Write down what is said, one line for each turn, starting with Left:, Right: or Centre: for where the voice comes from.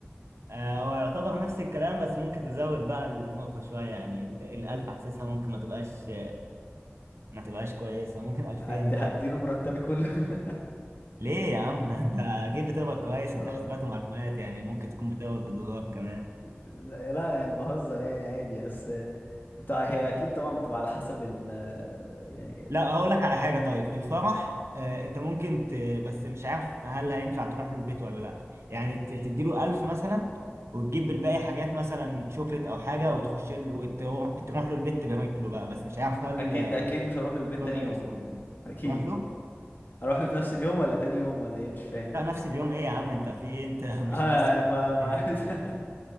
Right: آه، هو يعتبر نفس الكلام بس ممكن تزود بقى النقطة شوية يعني ال- الألف حاسسها ممكن ما تبقاش ما تبقاش كويسة ممكن 2000
Left: هدي
Right: بقى
Left: هدي له مرتبي كله <laughs>
Right: ليه يا عم <laughs> انت اكيد بتقبض كويس
Left: هو-
Right: انت حاسبات ومعلومات يعني ممكن تكون بتقبض بالدولار كمان
Left: لا لا، يعني بهزر يعني عادي بس بتاع هي اكيد طبعا بتبقى على حسب ال يعني
Right: لا هقول لك على حاجة طيب في الفرح آه انت ممكن ت... بس مش عارف هل هينفع تروح له البيت ولا لا يعني ت... تديله 1000 مثلا وتجيب الباقي حاجات مثلا شوكليت او حاجة وتخش له وتروح تروح له البيت تبارك له بقى بس مش عارف هل
Left: اكيد اكيد مش هروح للبيت
Right: هل
Left: تاني
Right: هيحصل
Left: يوم
Right: ولا لا.
Left: اكيد
Right: تروح له
Left: اروح له في نفس اليوم ولا تاني يوم ولا ايه مش فاهم
Right: لا نفس اليوم ايه يا عم انت في ايه انت <laughs> مش
Left: آه
Right: مصري
Left: ما
Right: ولا
Left: ما
Right: إيه؟
Left: <laughs>